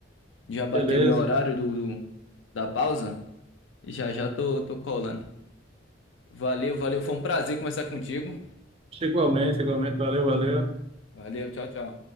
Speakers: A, on the left (about 75°); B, on the right (about 30°).
A: Já bateu
B: Beleza.
A: meu horário do, do- da pausa. E já já tô, tô colando. Valeu, valeu. Foi um prazer conversar contigo.
B: Igualmente, igualmente. Valeu, valeu.
A: Valeu, tchau, tchau.